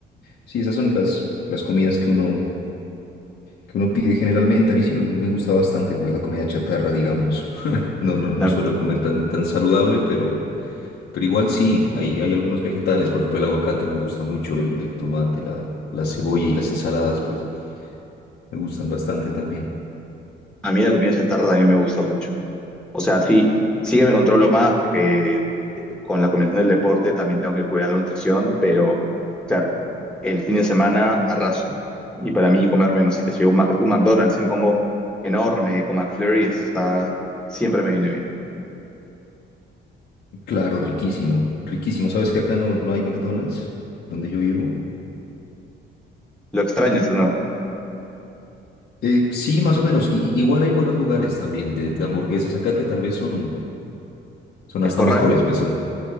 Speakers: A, on the left (about 65°); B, in the centre.
A: Sí, esas son las, las comidas que uno, que uno pide generalmente. A mí sí me, me gusta bastante pues la comida chatarra, digamos. <laughs> No, no, no
B: A,
A: suelo comer tan, tan saludable, pero, pero igual sí, hay, hay algunos vegetales, por ejemplo el aguacate me gusta mucho, el, el tomate, la, la cebolla y las ensaladas, pues me gustan bastante también.
B: a mí la comida chatarra también me gusta mucho. O sea, sí, sí que me controlo más porque con la combinación del deporte también tengo que cuidar la nutrición, pero claro, el fin de semana arraso. Y para mí comerme, no sé qué sé yo, un, Mac- un McDonald's en combo enorme con McFlurry está, siempre me viene bien.
A: Claro, riquísimo, riquísimo. ¿Sabes que acá no, no hay McDonald's donde yo vivo?
B: Lo extraño, ¿o no?
A: Eh, sí, más o menos. Y, y- igual hay buenos lugares también de, de hamburguesas acá que tal vez son, son
B: El
A: hasta
B: corral
A: mejores, pues son,